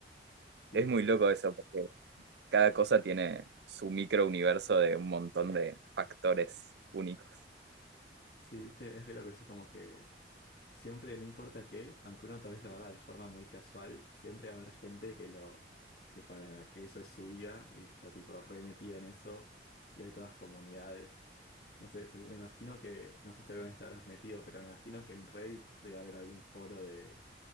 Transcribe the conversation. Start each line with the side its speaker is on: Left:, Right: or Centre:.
Left: Y
Right: Es
Left: después,
Right: muy loco eso, porque cada cosa tiene su micro universo de un montón de factores únicos.
Left: sí, viste, es re loco eso, como que Siempre, no importa qué, aunque uno tal vez lo haga de forma muy casual, siempre va a haber gente que lo, que para la que eso es su vida y está tipo re metida en eso y hay todas comunidades. No sé, se- me imagino que, no sé si alguna vez te habrás metido, pero me imagino que en Reddit debe haber algún foro de,